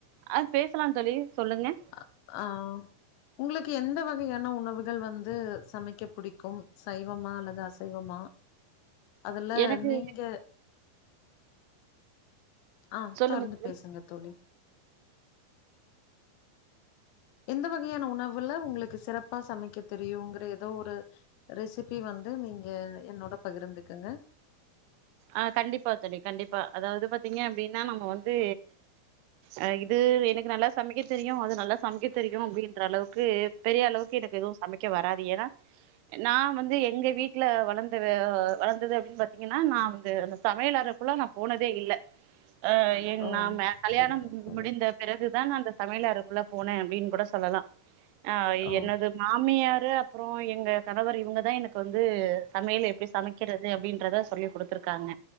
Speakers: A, on the right; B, on the left.
A: ஆ பேசலாம் தோழி சொல்லுங்க
B: அ ஆ உங்களுக்கு எந்த வகயான உணவுகள் வந்து சமைக்க புடிக்கும் சைவமா அல்லது அசைவமா அதுல
A: எனக்கு
B: நீங்க ஆ
A: சொல்லுங்க
B: தொடர்ந்து பேசுங்க தோழி எந்த வகயான உணவுல உங்ளுக்கு சிறப்பா சமைக்க தெரியுங்ற ஏதோ ஒரு ரெசிபி வந்து நீங்க என்னோட பகிர்ந்துக்கொங்க
A: ஆ கண்டிப்பா தோழி கண்டிப்பா அதாவது பாத்தீங்க அப்டின்னா நம்ம வந்து அ இது எனக்கு நல்லா சமைக்க தெரியும் அது நல்லா சமைக்க தெரியும் அப்டின்ற அளவுக்கு பெரிய அளவுக்கு எனக்கு எதுவு சமைக்க வராது ஏன்னா நா வந்து எங்க வீட்ல வளந்த வ வளந்தது அப்டின்னு பாத்தீங்கன்னா நா வந்து அந்த சமயல் அறக்குள்ள நா போனதே இல்ல ஆ ஏ
B: ஓ
A: நாம கல்யாணம்
B: சரிங்க தோழி
A: முடிந்த பிறகுதான் நா அந்த சமயல் அறக்குள்ள போனன் அப்டின்னு கூட சொல்லலாம் ஆ
B: ஓ
A: என்னது மாமியாரு அப்புறம் எங்க கணவர் இவுங்கதான் எனக்கு வந்து சமயல் எப்டி சமைக்க கிறது அப்டீன்றத சொல்லி் குடுத்துருக்காங்க